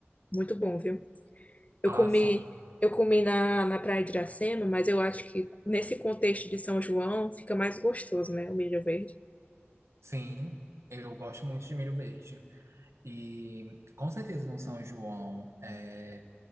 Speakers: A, on the left; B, on the right.
A: Muito bom, viu? Eu
B: Ah,
A: comi,
B: sim,
A: eu comi na, na Praia de Iracema, mas eu acho que nesse contexto de São João fica mais gostoso, né? O milho verde.
B: sim. Eu gosto muito de milho verde. E com certeza no São João é